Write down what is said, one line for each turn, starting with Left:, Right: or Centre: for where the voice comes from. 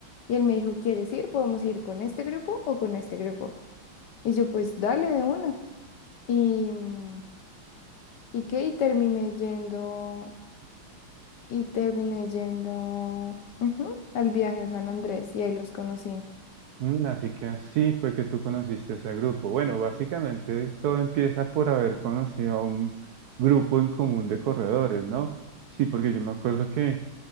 Left: Y él me dijo, ¿quieres ir? ¿Podemos ir con este grupo o con este grupo? Y yo pues dale de una. Y... mm, ¿Y qué? Y terminé yendo y terminé yendo ujú, al viaje a San Andrés y ahí los conocí.
Right: Mm, así que así fue que tú conociste ese grupo. Bueno, básicamente todo empieza por haber conocido a un grupo en común de corredores, ¿no? Sí, porque yo me acuerdo que